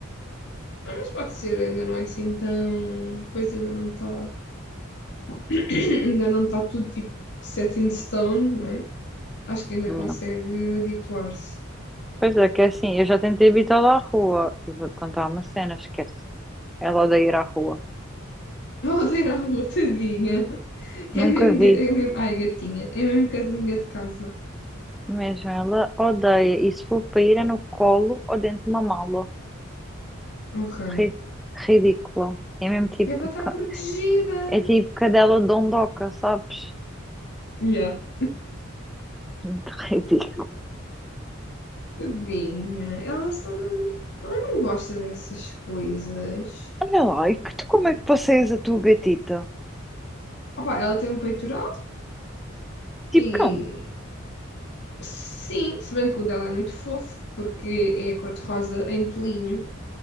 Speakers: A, on the left; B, in the centre.
A: Ah, mas pode ser, ainda não é assim tão. Coisa ainda não está. <clears throat> <coughs> ainda não está tudo tipo set in stone, não é? Acho que ainda
B: Não.
A: consegue habituar-se. <laughs>
B: Pois é, que é assim, eu já tentei habitá-la à rua e vou-te contar uma cena, esquece. Ela odeia ir à rua.
A: Oh, a rua, tadinha.
B: Nunca
A: É mesmo,
B: vi.
A: ga- é mesmo. Ai, gatinha. É mesmo cadelinha de casa.
B: Mesmo ela odeia. E se for para ir é no colo ou dentro de uma mala.
A: Ok.
B: Ri- Ridícula. É mesmo tipo.
A: Que é para estar
B: ca-
A: protegida.
B: É tipo cadela dondoca, sabes?
A: Yeah.
B: <laughs> Muito ridículo.
A: Tadinha. Ela só não. Ela não gosta dessas coisas.
B: Olha lá, e que tu como é que passeias a tua gatita?
A: Opa, ela tem um peitoral
B: Tipo
A: e.
B: cão.
A: Sim, se bem que o dela é muito fofo, porque é cor-de-rosa em pelinho.